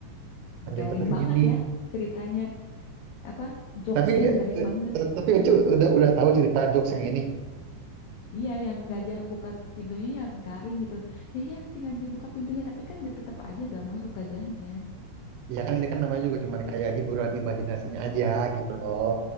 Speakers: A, on the right; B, on the left.
A: Lanjutannya
B: Garing banget
A: gini.
B: ya ceritanya. Apa jokesnya
A: Tapi eh,
B: garing banget
A: eh,
B: gitu.
A: tapi Ucu udah udah tahu cerita jokes yang ini.
B: Iya yang gajah buka pintunya ya garing gitu. Ya ya tinggal dibuka pintunya tapi kan nggak tetap aja gak masuk gajahnya.
A: Ya kan ini kan namanya juga cuman kayak hiburan imajinasinya aja gitu loh.